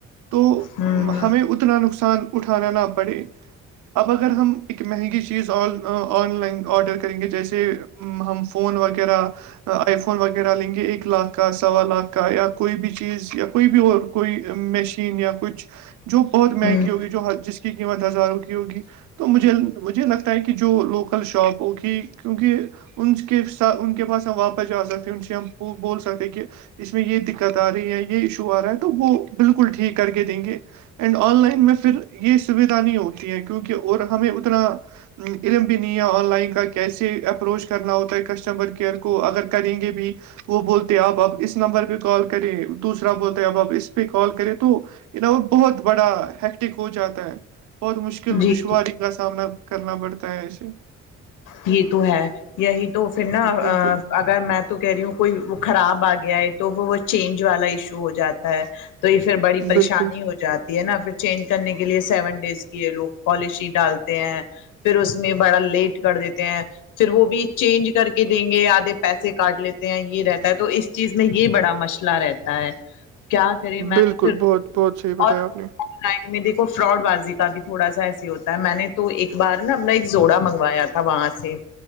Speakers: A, on the right (about 70°); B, on the left (about 85°).
A: تو
B: ہوں ہوں
A: ہمیں اتنا نقصان اٹھانا نہ پڑے اب اگر ہم ایک مہنگی چیز آ آن لائن آڈر کریں گے جیسے ہم فون وغیرہ آئی فون وغیرہ لیں گے ایک لاکھ کا سوا لاکھ کا یا کوئی بھی چیز یا کوئی بھی اور کوئی مشین یا کچھ جو بہت مہنگی
B: ہوں
A: ہوگی جو جس کی قیمت ہزاروں کی ہوگی تو مجھے مجھے لگتا ہے کہ جو لوکل شاپ ہوگی کیونکہ ان کے ساتھ ان کے پاس ہم واپس جا سکتے ان سے ہم بول سکتے کہ اس میں یہ دقت آ رہی ہے یہ ایشو آ رہا ہے تو وہ بالکل ٹھیک کر کے دیں گے اینڈ آن لائن میں پھر یہ سویدھا نہیں ہوتی ہے کیونکہ اور ہمیں اتنا علم بھی نہیں ہے آن لائن کا کیسے اپروچ کرنا ہوتا ہے کسٹمر کیئر کو اگر کریں گے بھی وہ بولتے ہیں آپ آپ اس نمبر پہ کال کریں دوسرا بولتے اب آپ سال کرے تو وہ بہت بڑا ٹ ہو جاتا ہے اورہت مشکل
B: جی
A: دشواری کا سامنا کرنا پڑتا ہے ایسے
B: یہ تو ہے یہی تو پھر نا
A: بالکل
B: اگر میں تو کہہ رہی ہوں کوئی وہ خراب آ گیا ہے تو وہ وہ چینج والا ایشو ہو جاتا ہے تو یہ پھر بڑی پریشانی
A: بالکل
B: ہو جاتی نا پھر چینج کرنے کے لیے سیون ڈیز کی ہے لوگ پالیشی ڈالتے ہیں پھر اس میں بڑا لیٹ کر دیتے ہیں پھر وہ بھی چینج کر کے دیں گے آدھے پیسے کاٹ لیتے ہیں یہ رہتا ہے تو اس چیز میں یہ بڑا مسئلہ رہتا ہے کیا کریں میں
A: بالکل
B: پھر
A: بہت بہت صحیح بتایا
B: اور
A: آپ نے
B: لائن میں دیکھو فراڈ بازی کا بھی تھوڑا سا ایسے ہوتا ہے میں نے تو ایک بار نا اپنا ایک جوڑا منگوایا تھا تھا وہاں سے